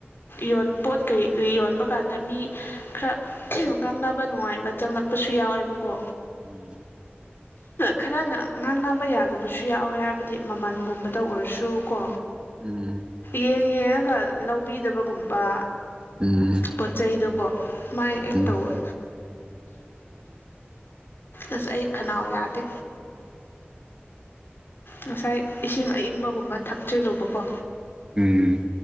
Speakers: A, on the left; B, on the right.
A: ꯌꯣꯟ ꯄꯣꯠ ꯀꯔꯤ ꯀꯔꯤ ꯌꯣꯟꯕ ꯀꯥꯟꯗ ꯃꯤ ꯈꯔ ꯉꯥꯡꯅꯕ ꯅꯨꯡꯉꯥꯏꯕ ꯆꯪꯂꯛꯄꯁꯨ ꯌꯥꯎꯋꯦꯕꯀꯣ
B: ꯎꯝ <unintelligible>
A: ꯈꯔꯅ ꯉꯥꯡꯅꯕ ꯌꯥꯗꯕꯁꯨ ꯌꯥꯎꯋꯦ ꯍꯥꯏꯕꯗꯤ ꯃꯃꯜꯒꯨꯝꯕꯗ ꯑꯣꯏꯔꯁꯨ ꯀꯣ
B: ꯎꯝ
A: ꯌꯦꯡ ꯌꯦꯡꯉꯒ ꯂꯧꯕꯤꯗꯕꯒꯨꯝꯕ
B: ꯎꯝ
A: ꯄꯣꯠ ꯆꯩꯗꯣꯀꯣ ꯃꯥꯏ ꯍꯦꯛ
B: ꯎꯝ
A: ꯇꯧꯋꯦ ꯑꯁ ꯑꯩ ꯈꯅꯥꯎ ꯌꯥꯗꯦ ꯉꯁꯥꯏ ꯏꯁꯤꯡ ꯑꯏꯪꯕꯒꯨꯝꯕ ꯊꯆꯤꯜꯂꯨꯕꯀꯣ
B: ꯎꯝ